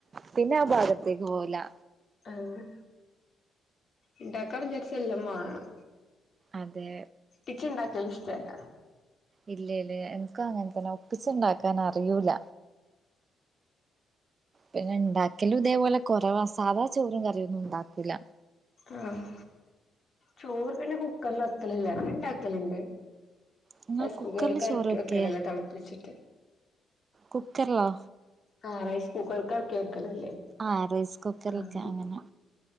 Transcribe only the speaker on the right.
പിന്നെ ആ ഭാഗത്തേക്ക് പോവുലാ.
അതെ
ഇല്ലേലേ ഇൻക്കുഅങ്ങൻ തന്നെ ഒപ്പിച്ചിണ്ടാക്കാൻ അറിയൂല. പിന്നെണ്ടാക്കലും ഇതേപോലെ കൊറവാ സാദാ ചോറും കറിയൊന്നുണ്ടാക്കൂല്ല.
നിങ്ങൾ
കുക്കറിൽ ചോറ് വെക്കേ
കുക്കർലോ?
ആഹ് റൈസ് കുക്കറ്ക്ക്
അങ്ങനെ.